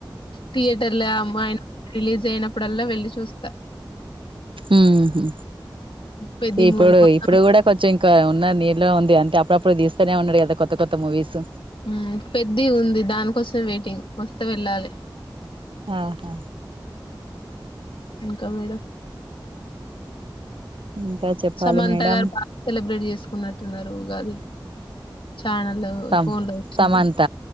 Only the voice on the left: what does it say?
తియేటర్ల అమ్ అయినా రిలీస్ చేయనా అప్పుడల్లా వెళ్లి చూస్తా
పెద్ది
మూవీ కోసం
ఊ పెద్ది ఉంది దానికోసం వెయిటింగ్ వస్తే వెళ్ళాలి.
ఇంకా మేడం
సమంత
గారు బాగ సెలబ్రేట్ చేసుకున్నట్టున్నారు ఉగాది. ఛానల్లో
ఫోన్లో వచ్చిన